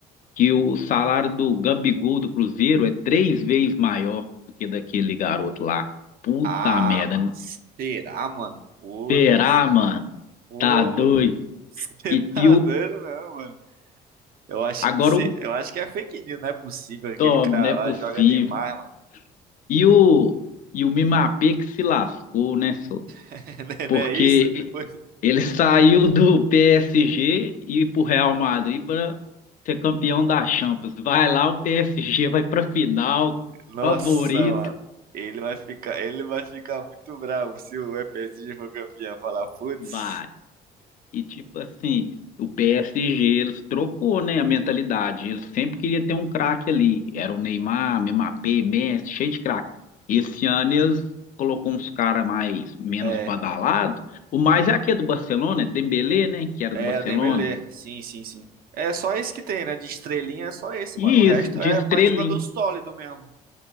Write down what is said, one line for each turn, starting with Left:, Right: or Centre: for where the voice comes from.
Left: que o salário do Gabigol do Cruzeiro é três vezes maior do que daquele garoto lá. Puta
Right: Ah,
Left: merda.
Right: mano, será, mano? Putz,
Left: Será, mano?
Right: pô,
Left: Tá doido.
Right: <laughs> você
Left: E,
Right: tá
Left: e o,
Right: dando mesmo, mano. Eu acho
Left: agora
Right: que, cê-
Left: o
Right: eu acho que é fake news, não é possível. Aquele
Left: Tom,
Right: cara
Left: não é
Right: lá
Left: possível.
Right: joga demais, mano.
Left: E o, e o Mimapé que se lascou, né, senhor?
Right: <laughs>
Left: porque
Right: Não é isso? Pois-
Left: ele saiu do PSG e para o Real Madrid para ser campeão da Champions. Vai lá, o PSG vai para final,
Right: Nossa,
Left: favorito,
Right: mano. Ele vai ficar, ele vai ficar muito bravo se o PSG for campeão. Falar, putz.
Left: vai. E tipo assim, o PSG eles trocou, né, a mentalidade. Eles sempre queria ter um craque ali. Era o Neymar, Mbappé, Messi, cheio de craque. Esse ano eles colocou uns caras mais menos
Right: É,
Left: badalados. O mais é aquele do Barcelona, é Dembélé, né, que era
Right: é,
Left: do Barcelona.
Right: Dembélé. Sim, sim, sim. É só esse que tem, né? De estrelinha é só esse,
Left: E
Right: mano. O resto
Left: isso, de
Right: é
Left: estrelinha.
Right: mais jogador sólido mesmo.